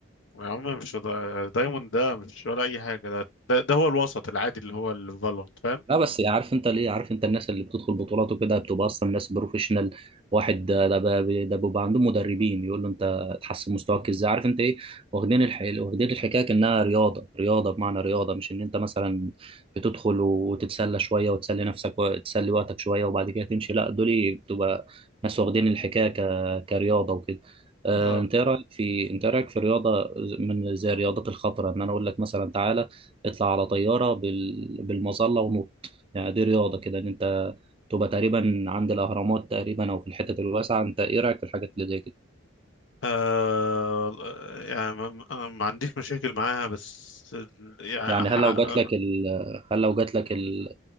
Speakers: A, on the left; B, on the right.
A: يا عم مش دا... دايموند ده مش ولا اي حاجه ده ده, ده هو الوسط العادي اللي هو الفالورانت فاهم
B: لا بس عارف انت ليه عارف انت الناس اللي بتدخل بطولات وكده بتبقى اصلا ناس بروفيشنال واحد ده ده بقى- ده بيبقى عندهم مدربين يقول له انت تحسن مستواك ازاي عارف انت ايه واخدين الح... واخدين الحكايه كانها رياضه رياضه بمعنى رياضه مش ان انت مثلا بتدخل وتتسلى شويه وتسلي نفسك وتسلي وقتك شويه وبعد كده تمشي لا دول بتبقى ناس واخدين الحكايه ك... كرياضه وكده آه،
A: اه
B: انت ايه رايك في انت ايه رايك في رياضه من زي الرياضات الخطره ان انا اقول لك مثلا تعالى اطلع على طياره بال... بالمظله يعني دي رياضة كده إن أنت تبقى تقريبا عند الأهرامات تقريبا أو في الحتت الواسعة أنت إيه رأيك في الحاجات اللي زي كده؟
A: آه يعني ما, أنا ما عنديش مشاكل معاها بس ال- يعني
B: يعني
A: ح-
B: هل لو جات
A: آه
B: لك ال... هل لو جات لك ال...